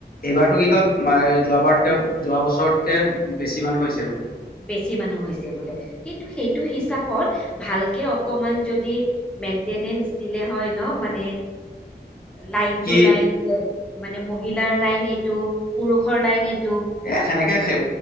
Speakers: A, on the left; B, in the centre.
A: এইবাৰতো কি কয় যোৱাবাৰতকৈ যোৱা বছৰতকৈ বেছি মানুহ হৈছে বোলে
B: বেছি মানুহ হৈছে বোলে কিন্তু সেইটো হিচাপত ভালকে অকমান যদি মেইনটেনেঞ্চ দিলে হয় ন মানে লাইন
A: কি
B: টু লাইন যে মানে মহিলাৰ লাইন এইটো পুৰুষৰ লাইন এইটো
A: এ সেনেকে সেই